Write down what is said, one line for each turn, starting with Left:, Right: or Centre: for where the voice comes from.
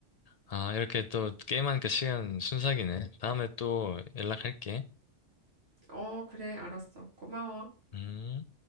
Left: 아, 이렇게 또 게임하니까 시간 순삭이네. 다음에 또 연락할게.
Right: 어, 그래, 알았어. 고마워.
Left: 음.